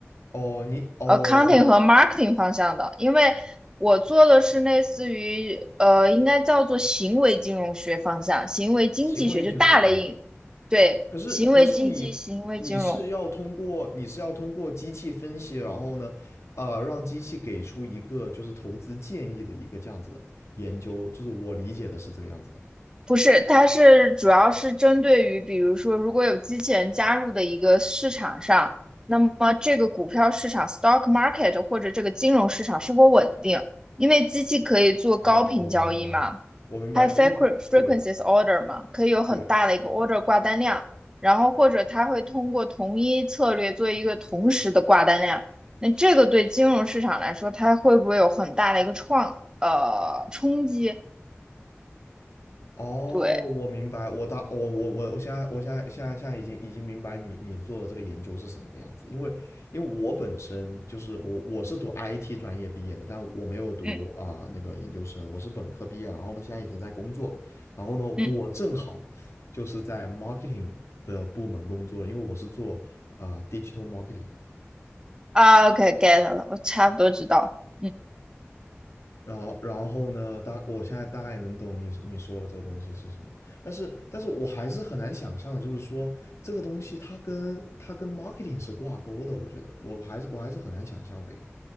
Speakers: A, on the left; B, on the right.
A: 哦，你哦你
B: ，accounting 和 marketing 方向的。因为我做的是类似于呃，应该叫做行为金融学方向，行为经济学就大类，
A: 行为金融学。
B: 对，
A: 可是，
B: 行为经济、
A: 可是你你是要通过你是要通过机器分析，
B: 行为金融。
A: 然后呢，啊，让机器给出一个就是投资建议的一个这样子的研究，就是我理解的是这个样子的。
B: 不是，它是主要是针对于，比如说，如果有机器人加入的一个市场上，那么这个股票市场 （stock market） 或者这个金融市场是否稳定？因为机器可以做高频交易嘛，
A: 哦，我明白。我明白，
B: 还有
A: 因为对
B: frequ- frequencies order 嘛，可以有很大的一个
A: 对，
B: order 挂单量，然后或者它会通过同一策略做一个同时的挂单量。那这个对金融市场来说，它会不会有很大的一个创呃冲击？
A: 哦，
B: 对，
A: 我明白，我大我我我我现在我现在现在现在已经已经明白你你做的这个研究是什么个样子，因为因为我本身就是我我是读 IT 专业毕业的，但我没有读啊、
B: 嗯
A: 那个研究生，我是本科毕业，然后呢现在已经在工作了，然后呢我正好就是在
B: 嗯。
A: marketing 的部门工作，因为我是做啊、digital marketing，
B: 啊，OK，get 了，我差不多知道。嗯，
A: 然后，然后呢？大，我现在大概也能懂你你说的这个东西是什么，但是，但是我还是很难想象的，就是说这个东西它跟它跟 marketing 是挂钩的，我觉得，我还是我还是很难想象这个。